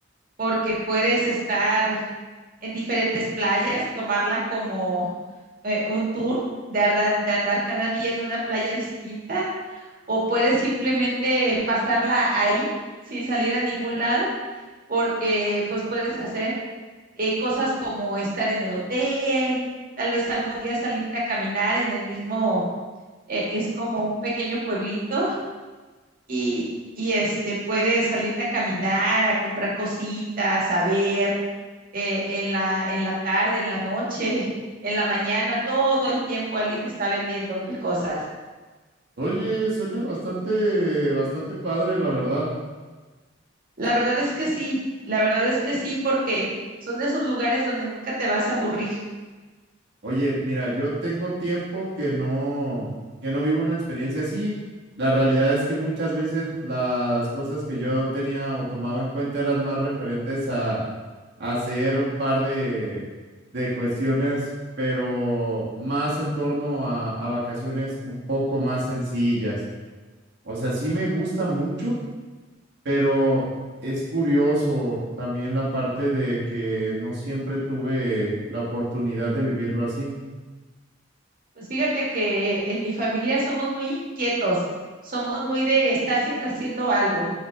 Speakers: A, on the right; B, on the right.
A: porque puedes estar en diferentes playas, tomarla como eh, un tour de andar, de andar cada día en una playa distinta o puedes simplemente pasarla ahí sin salir a ningún lado porque pues puedes hacer eh, cosas como estar en el hotel, tal vez algún día salirte a caminar en el mismo, eh, es como un pequeño pueblito y, y este, puedes salirte a caminar, a comprar cositas, a ver eh, en la, en la tarde, en la noche, en la mañana, todo el tiempo alguien está vendiendo mil cosas.
B: Oye, suena bastante, bastante padre, la verdad.
A: La verdad es que sí, la verdad es que sí, porque son de esos lugares donde nunca te vas a aburrir.
B: Oye, mira, yo tengo tiempo que no, que no vivo una experiencia así. La realidad es que muchas veces las cosas que yo tenía o tomaba en cuenta eran más referentes a, a hacer un par de, de cuestiones, pero más en torno a, a vacaciones un poco más sencillas. O sea, sí me gusta mucho pero es curioso también la parte de que no siempre tuve la oportunidad de vivirlo así.
A: Pues fíjate que en mi familia somos muy inquietos, somos muy de estar siempre haciendo algo,